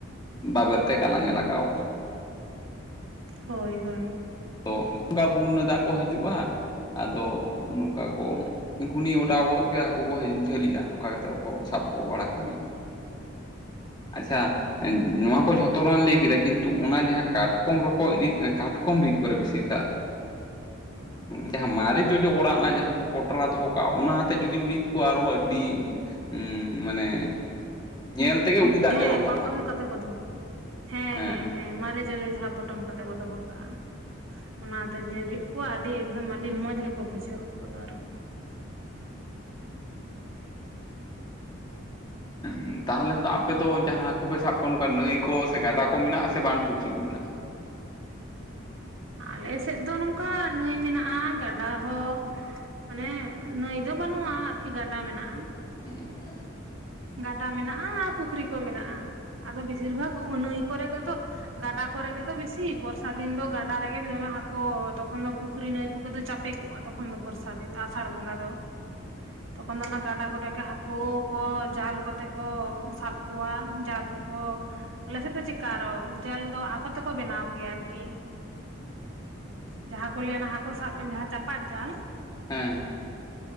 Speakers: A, on the left; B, on the right.
A: ᱵᱟᱵᱮᱨ ᱛᱮ ᱜᱟᱞᱟᱝ ᱮ ᱞᱟᱜᱟᱣ ᱟᱠᱟᱱᱟ᱾
B: ᱦᱚᱭ-ᱦᱚᱭ
A: ᱛᱚ ᱚᱝᱜᱟ ᱵᱩᱱᱩ ᱱᱟᱜ ᱫᱟᱜ ᱠᱚ ᱦᱤᱡᱩᱜ-ᱟ ᱟᱫᱚ ᱱᱚᱝᱠᱟ ᱠᱚ ᱜᱷᱩᱱᱤ ᱚᱰᱟᱣ ᱜᱚᱫ ᱠᱮᱫᱟ ᱦᱟᱹᱠᱩ ᱠᱚ ᱡᱷᱟᱹᱞᱤᱜ-ᱟ ᱚᱱᱠᱟ ᱠᱟᱛᱮᱜ ᱠᱚ ᱥᱟᱵ ᱠᱚ ᱵᱟᱲᱟ ᱠᱚ ᱜᱮᱭᱟ᱾
B: ᱪᱮᱫ ᱦᱚᱸ ᱵᱟᱝ ᱟᱸᱡᱚᱢᱚᱜ ᱠᱟᱱᱟ
A: ᱟᱪᱷᱟ ᱮᱱᱫ ᱱᱚᱣᱟ ᱠᱚ ᱡᱷᱚᱛᱚ ᱨᱟᱱ ᱞᱟᱹᱭ ᱠᱮᱫᱟ ᱠᱤᱱᱛᱩ ᱚᱱᱟ ᱡᱟᱦᱟᱸ ᱠᱟᱴᱠᱚᱢ ᱨᱚᱠᱚᱡ ᱨᱤᱫ, ᱠᱟᱴᱠᱚᱢ ᱨᱤᱫ ᱠᱚᱨᱮ ᱵᱤᱥᱤᱨ ᱠᱟᱜ ᱡᱟᱦᱟᱸ ᱢᱟᱨᱮ ᱡᱚᱡᱚ ᱚᱲᱟᱜ ᱨᱮᱱᱟᱜ ᱡᱟᱦᱟᱸ ᱠᱚ ᱯᱚᱴᱨᱟ ᱫᱚᱦᱚ ᱠᱟᱜ-ᱟ, ᱚᱱᱟ ᱦᱚᱛᱮᱡ ᱡᱩᱫᱤᱢ ᱨᱤᱫ ᱠᱚᱣᱟ ᱟᱨᱦᱚᱸ ᱟᱹᱰᱤ ᱩᱸᱜ ᱢᱟᱱᱮ ᱧᱮᱞ ᱛᱮᱜᱮ ᱩᱞᱤ ᱫᱟᱜ
B: ᱦᱮᱸᱻ
A: ᱡᱚᱨᱚᱜ
B: ᱢᱟᱯᱟᱝ
A: ᱛᱟᱢᱟ
B: ᱠᱟᱛᱮ ᱠᱚ ᱫᱚᱦᱚ ᱦᱮᱸᱻ
A: ᱦᱮᱸ
B: ᱦᱮᱸᱻ, ᱦᱮᱸᱻ ᱢᱟᱨᱮ ᱡᱚᱡᱚ ᱡᱟᱦᱟᱸ ᱯᱚᱴᱚᱢ ᱠᱟᱛᱮ ᱵᱚ ᱫᱚᱦᱚ ᱠᱟᱜ-ᱟ᱾ ᱚᱱᱟ ᱛᱮ ᱡᱩᱫᱤᱢ ᱨᱤᱫ ᱠᱚᱣᱟ ᱟᱹᱰᱤ ᱮᱠᱫᱚᱢ ᱟᱹᱰᱤ ᱢᱚᱸᱡᱽ ᱜᱮᱠᱚ ᱵᱩᱡᱷᱟᱹᱜ-ᱟ ᱩᱱᱠᱩ ᱫᱚ ᱟᱨᱦᱚᱸ
A: ᱮᱢ ᱛᱟᱦᱚᱞᱮ ᱫᱚ ᱟᱯᱮ ᱫᱚ ᱡᱟᱦᱟᱸ ᱦᱟᱹᱠᱩ ᱯᱮ ᱥᱟᱵ ᱠᱚᱣᱟ ᱱᱚᱝᱠᱟ ᱱᱟᱹᱭ ᱠᱚ ᱥᱮ ᱜᱟᱰᱟ ᱠᱚ ᱢᱮᱱᱟᱜ-ᱟ ᱥᱮ ᱵᱟᱸᱫᱽ ᱯᱩᱠᱷᱨᱤ ᱠᱚ ᱢᱮᱱᱟᱜ-ᱟ?
B: ᱟᱞᱮ ᱥᱮᱫ ᱫᱚ ᱱᱚᱝᱠᱟ ᱱᱟᱹᱭ ᱢᱮᱱᱟᱜ-ᱟ ᱜᱟᱰᱟ ᱦᱚᱸ ᱢᱟᱱᱮ ᱱᱟᱹᱭ ᱫᱚ ᱵᱟᱹᱱᱩᱜ-ᱟ ᱟᱨᱠᱤ ᱜᱟᱰᱟ ᱢᱮᱱᱟᱜ-ᱟ᱾
A: ᱚᱸ
B: ᱜᱟᱰᱟ ᱢᱮᱱᱟᱜ-ᱟ ᱟᱨ ᱯᱩᱠᱷᱨᱤ ᱠᱚ ᱢᱮᱱᱟᱜ-ᱟ ᱟᱫᱚ ᱵᱮᱥᱤᱨ ᱵᱷᱟᱜᱽ ᱩᱸ ᱱᱟᱹᱭ ᱠᱚᱨᱮ ᱜᱮᱛᱚ ᱜᱟᱰᱟ ᱠᱚᱨᱮ ᱜᱮᱛᱚ ᱵᱮᱥᱤ ᱵᱚᱨᱥᱟ ᱫᱤᱱ ᱫᱚ ᱜᱟᱰᱟ ᱨᱮᱜᱮ ᱫᱚᱢᱮ ᱦᱟᱠᱩ ᱛᱚᱠᱷᱚᱱ ᱫᱚ ᱯᱩᱠᱷᱨᱤ ᱱᱟᱹᱭ ᱯᱩᱠᱩ ᱫᱚ ᱪᱟᱯᱮ ᱠᱚᱜ-ᱟ ᱛᱚᱠᱷᱚᱱ ᱫᱚ ᱵᱚᱨᱥᱟ ᱫᱤᱱ ᱫᱚ ᱟᱥᱟᱲ ᱵᱚᱸᱜᱟ ᱫᱚ ᱛᱠᱷᱚᱱ ᱫᱚ ᱚᱱᱟ ᱜᱟᱰᱟ ᱠᱚᱨᱮ ᱜᱮ ᱦᱟᱠᱩ ᱠᱚ ᱡᱟᱞ ᱠᱚᱛᱮ ᱠᱚ ᱥᱟᱵ ᱠᱚᱣᱟ ᱡᱟᱞ ᱠᱚᱠᱚ ᱟᱞᱮ ᱥᱮᱫ ᱫᱚ ᱪᱮᱠᱟ ᱟᱨᱚ ᱡᱟᱞ ᱫᱚ ᱟᱠᱚ ᱛᱮᱠᱚ ᱵᱮᱱᱟᱣ ᱜᱮᱭᱟ ᱟᱨᱠᱤ ᱡᱟᱦᱟᱸ ᱠᱚ ᱞᱟᱹᱭᱟ ᱚᱱᱟ ᱦᱟᱹᱠᱩ ᱥᱟᱵ ᱡᱟᱦᱟᱸ ᱪᱟᱯᱟᱫ ᱡᱟᱞ
A: ᱦᱮᱸ ᱾